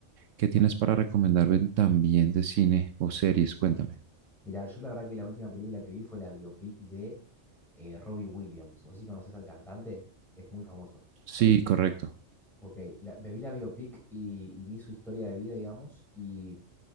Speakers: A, on the right; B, in the centre.
A: qué tienes para recomendarme también de cine o series, cuéntame.
B: mirá, yo la verdad que la última película que vi fue la biopic de eh, Robbie Williams. ¿Vos sí conoces al cantante? Es muy famoso.
A: Sí, correcto.
B: Ok, la- me vi la biopic y, y vi su historia de vida, digamos, y